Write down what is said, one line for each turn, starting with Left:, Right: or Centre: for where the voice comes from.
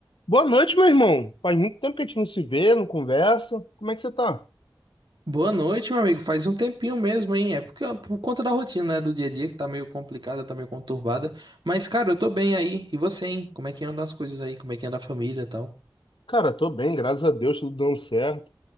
Left: Boa noite, meu irmão. Faz muito tempo que a gente não se vê, não conversa. Como é que você tá?
Right: Boa noite, meu amigo. Faz um tempinho mesmo, hein? É porque, por conta da rotina, né, do dia a dia, que tá meio complicada, tá meio conturbada. Mas, cara, eu tô bem aí. E você, hein? Como é que andam as coisas aí? Como é que anda a família e tal?
Left: Cara, tô bem, graças a Deus, tudo dando certo.